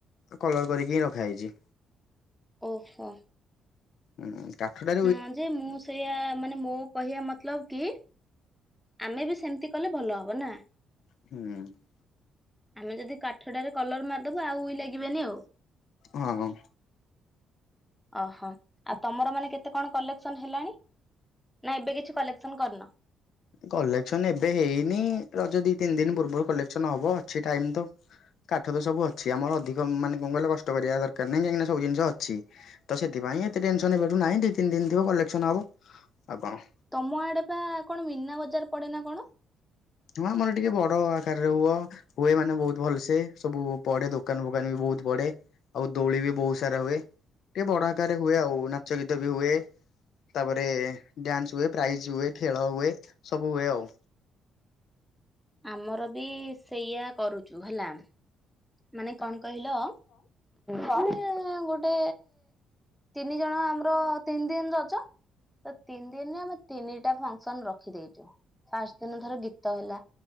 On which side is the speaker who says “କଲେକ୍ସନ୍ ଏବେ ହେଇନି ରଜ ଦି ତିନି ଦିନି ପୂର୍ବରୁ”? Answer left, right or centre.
Left